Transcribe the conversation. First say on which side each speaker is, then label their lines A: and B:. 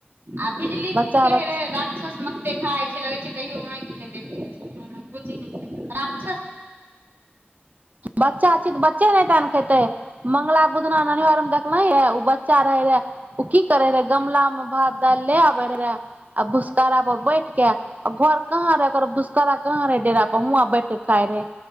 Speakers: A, on the right (about 65°); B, on the right (about 40°).
A: आ बिजली
B: बच्चा
A: की कहे
B: बच
A: रहे राक्षस मकते खाइ अचछ लग छै कहियो आंखि नै देखने छै हं बुजही रात
B: बच्चा छै तऽ बच्चे नहि तन खेतै मंगला बुदना ननिहर मे देखल हे ओ बच्चा रहे रहे ओ की करे रहे गमला में भात दालि ले आबे रहे रहे आ भुसखरा पर बैठ के आ घर कहाँ रहे ओकर भुसखरा कहाँ रहे डेरा पर हुआं बैठ के काय रहै